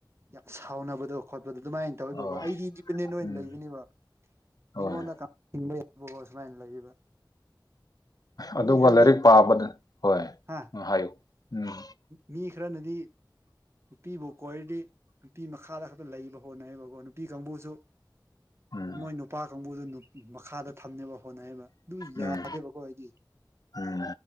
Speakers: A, on the right (about 35°); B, on the left (about 55°).
A: ꯌꯥꯝ ꯁꯥꯎꯅꯕꯗꯣ ꯈꯣꯠꯄꯗꯣ ꯑꯗꯨꯃꯥꯏꯅ ꯇꯧꯋꯦꯕꯀꯣ
B: ꯑꯧ
A: ꯑꯩꯗꯤ ꯏꯟꯗꯤꯄꯦꯟꯗꯦꯟ ꯑꯣꯏꯅ
B: ꯎꯝ
A: ꯂꯩꯒꯅꯤꯕ ꯑꯩꯉꯣꯟꯗ
B: ꯍꯣꯏ
A: ꯍꯤꯡꯕ <unintelligible> ꯌꯥꯕꯀꯣ ꯁꯨꯃꯥꯏꯅ ꯂꯩꯌꯦꯕ
B: ꯑꯗꯨꯒ
A: ꯃꯤ ꯈꯔꯗꯤ
B: ꯂꯥꯏꯔꯤꯛ ꯄꯥꯕꯗ ꯍꯣꯏ
A: ꯍꯥ
B: ꯍꯥꯏꯌꯨ ꯎꯝ
A: ꯃꯤ ꯈꯔꯅꯗꯤ ꯅꯨꯄꯤꯕꯨ ꯀꯣꯏꯔꯗꯤ ꯅꯨꯄꯤ ꯃꯈꯥꯗ ꯈꯛꯇ ꯂꯩꯕ ꯍꯣꯠꯅꯩ ꯑꯕꯀꯣ ꯅꯨꯄꯤ ꯀꯥꯡꯕꯨꯁꯨ
B: ꯎꯝ
A: ꯃꯣꯏ ꯅꯨꯄꯥ ꯀꯥꯡꯕꯨꯗꯨ ꯃꯈꯥꯗ ꯊꯝꯅꯕ ꯍꯣꯠꯅꯩꯕ ꯑꯗꯨ ꯌꯥꯗꯦꯕꯀꯣ
B: ꯎꯝ
A: ꯑꯩꯗꯤ
B: ꯎꯝ